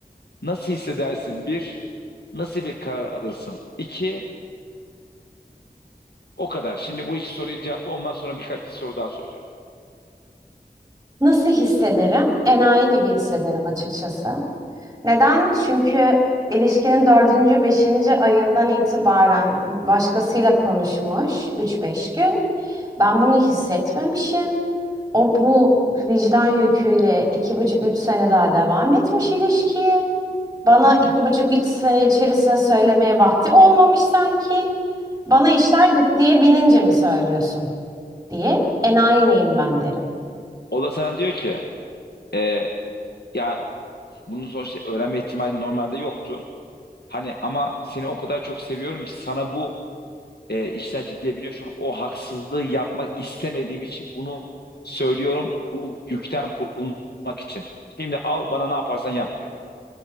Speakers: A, on the left; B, on the right.
A: nasıl hissedersin? Bir, nasıl bir karar alırsın? İki, o kadar. Şimdi bu iki soruyu cevapla. Ondan sonra birkaç bir soru daha soracağım.
B: Nasıl hissederim? Enayi gibi hissederim açıkçası. Neden? Çünkü ilişkinin dördüncü, beşinci ayından itibaren başkasıyla konuşmuş üç beş gün. Ben bunu hissetmemişim. O bu vicdan yüküyle iki buçuk üç sene daha devam etmiş ilişkiye. Bana
A: <laughs>
B: iki buçuk üç sene içerisinde söylemeye vakti olmamış sanki. Bana işler ciddiye binince mi söylüyorsun diye enayi miyim ben derim.
A: O da sana diyor ki, e, ya Bunun sonuçta öğrenme ihtimali normalde yoktu. Hani ama seni o kadar çok seviyorum ki sana bu e, işler ciddiye biniyor. Şu an o haksızlığı yapmak istemediğim için bunu söylüyorum. Bu yükten kurtulmak için. Şimdi al bana ne yaparsan yap diyor.